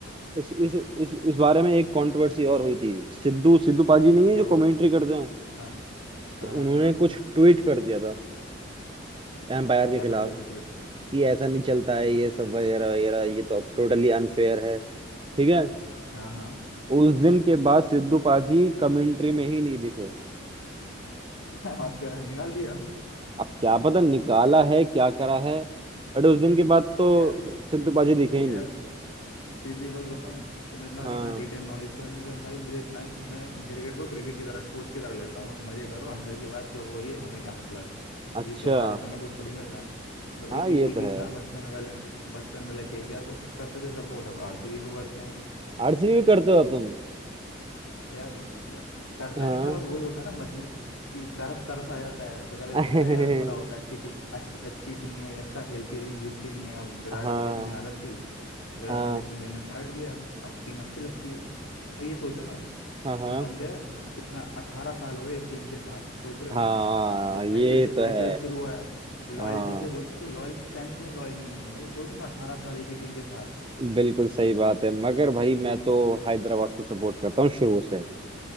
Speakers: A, on the right (about 25°); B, on the left (about 85°).
A: इस इस इस इस बारे में एक कंट्रोवर्सी और हुई थी सिद्धू सिद्धू पाजी नहीं है
B: क्या
A: जो
B: हुआ
A: कमेंट्री करते हैं
B: हाँ हाँ
A: तो
B: हाँ
A: उन्होंने
B: हाँ
A: कुछ ट्वीट कर दिया था एम्पायर के
B: क्या
A: खिलाफ
B: कर दिया था ट्यूट
A: कि ऐसा नहीं चलता है ये सब वगैरह वगैरह ये तो अब टोटली अनफेयर है ठीक है
B: हाँ हाँ
A: उस दिन के बाद सिद्धू पाजी कमेंट्री में ही नहीं दिखे
B: <laughs> क्या बात कर रहा है? निकाल दिया
A: अब क्या पता निकाला है क्या करा है बट उस दिन के बाद तो
B: यार
A: सिद्धू पाजी दिखे
B: यार
A: ही नहीं
B: सीधी बात बताऊं तुम्हें इतना
A: हाँ
B: इतना डिटेल नॉलेज तो है मुझे भाई मुझे इतना है कि मैं क्रिकेट को क्रिकेट की तरह स्पोर्ट्स की तरह लेता हूँ बस मजे करो अंदर की बात जो हो रही है हमें क्या मतलब है
A: अच्छा
B: जीते हारे हमें कुछ थोड़ी मिलना है ब- एक
A: हाँ
B: ही
A: ये तो
B: एक ही
A: है
B: था बचपन में वाला बचपन में लगे केकेआर को करते थे सपोर्ट अब आरसीबी को करते हैं
A: आरसीबी भी करते हो अब तुम
B: यार करता
A: हाँ
B: नहीं था बस वही होता है ना मजबूर कि तरस तरस आ जाता है तो पहले
A: <laughs>
B: देखते रहे यार बुरा होता है अच्छी टीम अच्छी अच्छी टीम है अच्छा खेलती है लेकिन जीतती नहीं है अब विराट
A: हाँ
B: को लेकिन आदत थी विराट
A: हाँ
B: को देखने देखना स्टार्ट किया अब टीम अच्छी लगती है और ये सोचो ना
A: हाँ हाँ
B: बंदे कितना अठारह साल हो गए एक टीम के साथ सोच रहे हो
A: हाँ
B: जब से
A: ये
B: आईपीएल
A: तो
B: आईपीएल
A: है
B: शुरू हुआ है लॉयल्टी
A: हाँ
B: से बोलते हैं, तो लॉयल फैन क्यों लॉयल नहीं होंगे भाई सोचो ना अठारह साल एक ही टीम के साथ
A: बिल्कुल सही बात है मगर भाई मैं तो हैदराबाद को सपोर्ट करता हूँ शुरू से